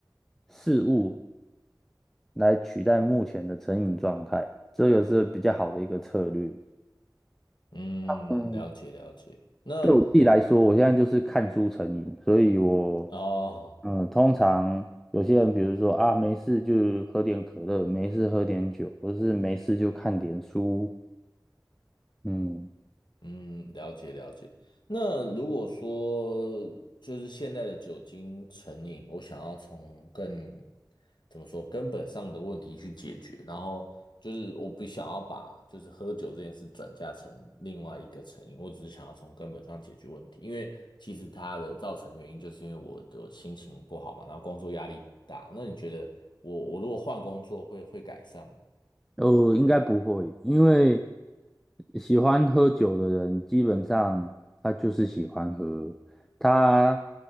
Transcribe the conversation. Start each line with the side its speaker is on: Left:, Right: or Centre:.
Centre: 事物来取代目前的成瘾状态，这个是比较好的一个策略。
Left: 嗯，
Centre: 嗯，
Left: 了解了解。那
Centre: 对我自己来说，我现在就是看书成瘾，所以我，
Left: 哦，
Centre: 嗯，通常有些人，比如说啊，没事就喝点可乐，没事喝点酒，或者是没事就看点书，嗯，
Left: 嗯，了解了解。那如果说就是现在的酒精成瘾，我想要从更怎么说根本上的问题去解决，然后就是我不想要把就是喝酒这件事转嫁成另外一个成瘾，我只是想要从根本上解决问题，因为其实它的造成原因就是因为我的心情不好嘛，然后工作压力很大。那你觉得我我如果换工作会会改善吗？
Centre: 呃，应该不会，因为喜欢喝酒的人，基本上他就是喜欢喝，他